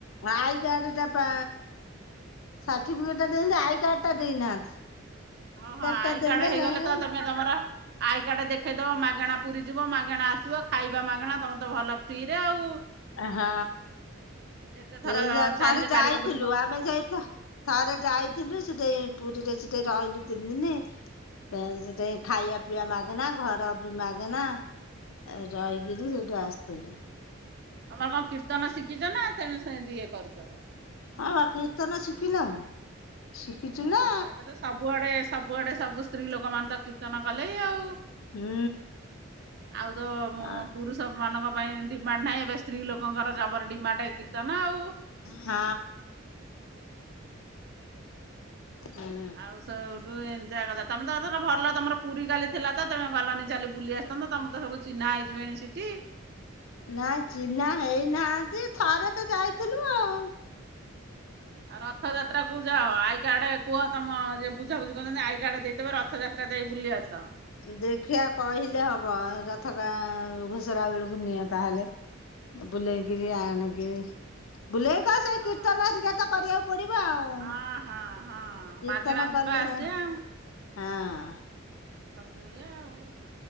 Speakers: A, on the left; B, on the right.
A: ଆଇ କାର୍ଡଟା ପା ସାଠୀଫିକେଟ ଦେଇଛନ୍ତି ଆଇ କାର୍ଡଟା ଦେଇନାହାନ୍ତି।
B: ଓହୋ ଆଇ
A: ଟା ଦେଲେ
B: କାର୍ଡ ହେଇଗଲେ
A: ଯାଇ ହଁ
B: ତ ତମେ ତମର ଆଇ କାର୍ଡ ଦେଖେଇଦବ ମାଗଣା ପୁରୀ ଯିବ ମାଗଣା ଆସିବ ଖାଇବା ମାଗଣା ତମେ ତ ଭଲ ଫ୍ରିରେ ଆଉ।
A: ହଁ
B: ଯେତେ ଥର
A: ସେଇ ଯା
B: ଚାହିଁଲେ
A: ଥରେ ଯାଇଥିଲୁ
B: କାଳିଆକୁ
A: ଆମେ ଯା ଥରେ ଯାଇଥିଲୁ ସେଠି ପୁରୀରେ ସେଠି ରହିଲୁ ତିନି ଦିନି <unintelligible> ଖାଇବା
B: ଯିବ।
A: ପିଇବା ମାଗେନା ଘର ବି ମାଗେନା ରହିକିରି ସେଇଠୁ ଆସିଥିଲୁ।
B: ତମର କଣ କୀର୍ତ୍ତନ ଶିଖିଚ ନା ତମେ ସେମିତି ଇଏ କରୁଚ?
A: ହଁ ବା କୀର୍ତ୍ତନା ଶିଖିନାଇଁ ଶିଖିଚି
B: ଓହୋ
A: ନା।
B: ଏବେ ତ ସବୁଆଡେ ସବୁଆଡେ ସବୁ ସ୍ତ୍ରୀ ଲୋକମାନେ ତ କୀର୍ତ୍ତନ କଲେଇ ଆଉ।
A: ହୁଁ।
B: ଆଉ ତ
A: ଅ
B: ପୁରୁଷମାନଙ୍କ ପାଇଁ ଡିମାଣ୍ଡ ନାହିଁ ଏବେ ସ୍ତ୍ରୀ ଲୋକଙ୍କର ଜବର ଡିମାଣ୍ଡ କୀର୍ତ୍ତନ ଆଉ।
A: ହଁ। ହୁଁ
B: ଆଉ ସୋଉଠୁ ଏମତିଆ କଥା ତମେ ତ ଭଲ ତମର ପୁରୀ କାଲି ଥିଲା ତ ତମେ ଗଲନି ଚାଲି ବୁଲି ଆସିଥାନ୍ତ ତମର ତ ସବୁ ଚିହ୍ନା ହେଇଯିବେଣି ସେଠି।
A: ନା ଚିହ୍ନା ହେଇନାହାନ୍ତି ଥରେ ତ ଯାଇଥିଲୁ ଆଉ।
B: ଆଉ ରଥଯାତ୍ରାକୁ ଯାଅ ଆଇ କାର୍ଡ କୁହ ତମ ଯିଏ ବୁଝାବୁଝି କରୁଚନ୍ତି ଆଇ କାର୍ଡ ଦେଇଦେବେ ରଥଯାତ୍ରା ଯାଇ ବୁଲି ଆସ।
A: ଦେଖିଆ କହିଲେ ହବ ରଥକା ଘୋଷରା ବେଳକୁ ନିଅନ୍ତା ହେଲେ। ବୁଲେଇ କିିରି ଆଣ କି ବୁଲେଇ କ ସେ
B: ହଁ
A: କୀର୍ତ୍ତନ ହେରିକା ତ କରିବାକୁ ପଡିବ ଆଉ।
B: ହଁ
A: କୀର୍ତ୍ତନ
B: ହଁ ହଁ ମାଗଣା ଯିବା
A: କଲେ
B: ଆସିବା।
A: ଯାଇ ହଁ।
B: ସବୁ ଇଏ ଆଉ।